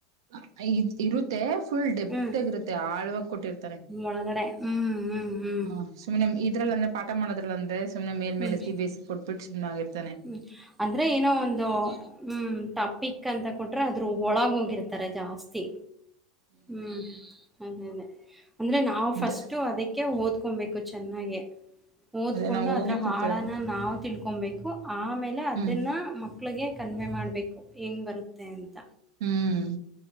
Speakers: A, on the right; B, in the centre.
A: ಹ ಇರುತ್ತೆ ಫುಲ್ ಡೆಪ್ತ್
B: ಹ್ಮ್
A: ಆಗಿರುತ್ತೆ ಆಳ್ವಾಗ ಕೊಟ್ಟಿರ್ತಾರೆ
B: ಒಳಗಡೆ ಹ್ಮ್ ಹ್ಮ್ ಹ್ಮ್
A: ಹ ಸುಮ್ನೆ ಇದ್ರ ಅಂದ್ರೆ ಪಾಠ ಮಾಡೋ್ರ ಅಂದ್ರ ಸುಮನೆ ಮೇಲೆೇಲೆ
B: ಹ್ಮ್
A: ಸಿ ಬೇಸಿ ಕೊಟ್ಬಿಟ್ಟು್ನೆ ಆಗಿತತಿ
B: ಹ್ಮ್ ಅಂದ್ರೆ ಏನೋ ಒಂದು ಹ್ಮ್ ತಪಿಕ್ ಅಂತ ಕೊಟ್ರೆ ಅದು ಆದರು ಹಳಾಗ ಹೋಗಿರ್ತಾರೆ ಜಾಸ್ತಿ ಹ್ಮ್ ಅದೇ ಅದೇ ಅಂದ್ರೆ ನಾವು
A: ಅದೇ
B: ಫಸ್ಟು ಅದಕ್ಕೆ ಓದ್ಕೊಬೇಕು ಚೆನ್ನಾಗ ಓದ್ಕೊಂಡು
A: ಅದೇ ನಾವ್ ಹೋಗಿ
B: ಅದ್ರ
A: ಪ್ರಿಪೇರ್
B: ಹಾಳಾನ
A: ಆಗ್ಬೇಕು
B: ನಾವು ತಿಳ್ಕೊಬೇಕು ಆಮೇಲೆ ಅದನ್ನ
A: ಹ್ಮ್
B: ಮಕ್ಳಿಗೆ ಕನ್ವೆ ಮಾಡಬೇಕು ಹೆಏಗೆ ಬರುತ್ತೆ ಅಂತ
A: ಹ್ಮ್